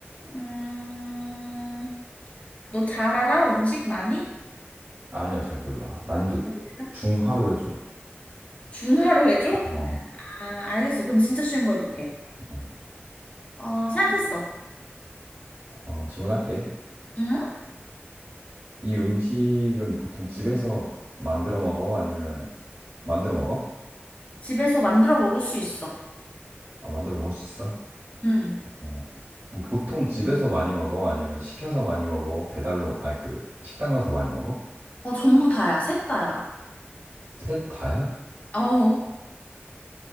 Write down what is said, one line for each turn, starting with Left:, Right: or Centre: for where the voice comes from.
Left: 음, 너 잘 알아? 음식 많이?
Right: 아니야, 잘 몰라. 난이도
Left: 답이 되나?
Right: 중하로 해줘.
Left: 중화로 해줘?
Right: 어,
Left: 아, 알겠어. 그럼 진짜 쉬운 거 해볼게.
Right: 어,
Left: 어, 생각했어.
Right: 어, 질문할게.
Left: 응?
Right: 이 음식은 보통 집에서 만들어 먹어? 아니면 만들어 먹어?
Left: 집에서 만들어 먹을 수 있어.
Right: 아, 만들어 먹을 수 있어?
Left: 응.
Right: 어, 음, 보통 집에서 많이 먹어? 아니면 시켜서 많이 먹어? 배달로, 아니, 그, 식당 가서 많이 먹어?
Left: 어, 전부 다야. 셋 다야.
Right: 셋 다야?
Left: 어.